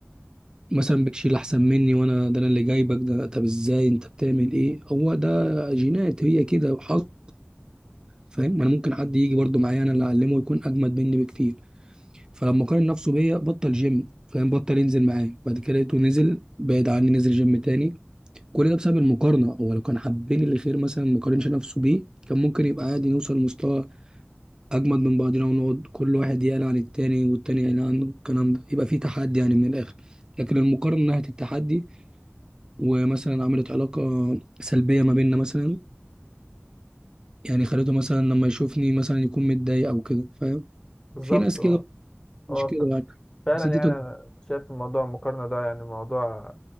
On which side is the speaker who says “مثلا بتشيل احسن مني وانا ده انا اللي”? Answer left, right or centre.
Right